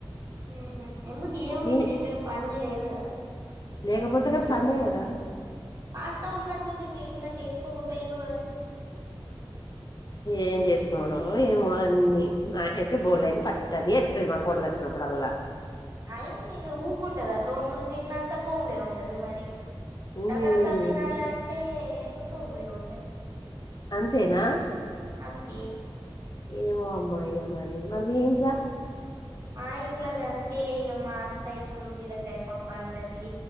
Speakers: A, on the right; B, on the left.
A: ఉహ్మ్ ఎందుకేముంది
B: మీ
A: రేపేం పండుగ లేదు కదా
B: లేకపోతే రేపు సండే కదా
A: పాస్తా ఉన్నట్టుంది మీ ఇంట్లా చేసుకోకపోయిండ్రు మరి
B: ఏం చేసుకునుడో ఏమో అన్నీ నాకైతే <unintelligible> ఇతదీ మా కోడలు వచ్చినప్పుడ ప్పుడల్లా
A: అయ్ ఇగ ఊకుంటాదా తోముడు తిన్నంక తోముడే ఉంటది మరి
B: ఉమ్
A: రకరకాలు తినాలంటే తోముడే ఉంటది
B: అంతేనా
A: అంతే
B: ఏమో అమ్మా ఇగ మరి మరి మీ ఇంట్లా
A: మా ఇంట్లగంతే ఇగ మా అత్త ఎప్పుడు బీరకాయ పప్పంటది